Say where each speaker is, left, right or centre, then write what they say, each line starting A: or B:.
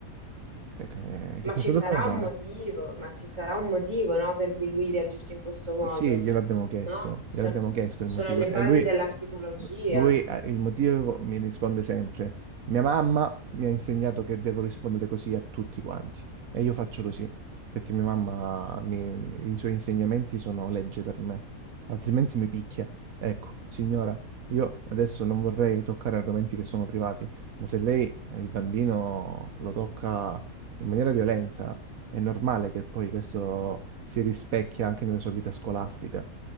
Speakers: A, on the right (about 70°); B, on the right (about 20°).
A: E che
B: Ma
A: che cosa
B: ci sarà
A: dobbiamo fare?
B: un motivo, ma ci sarà un motivo, no, per cui lui reagisce in questo modo,
A: Sì, gliel'abbiamo chiesto,
B: no? Sono,
A: gliel'abbiamo chiesto
B: sono
A: il motivo.
B: le
A: E
B: basi
A: lui.
B: della psicologia.
A: Lui, eh, il motivo mi risponde sempre: mia mamma mi ha insegnato che devo rispondere così a tutti quanti e io faccio così perché mia mamma, mi- i suoi insegnamenti sono legge per me, altrimenti mi picchia. Ecco, signora, io adesso non vorrei toccare argomenti che sono privati, ma se lei, eh, il bambino, lo tocca in maniera violenta, è normale che poi questo si rispecchia anche nella sua vita scolastica.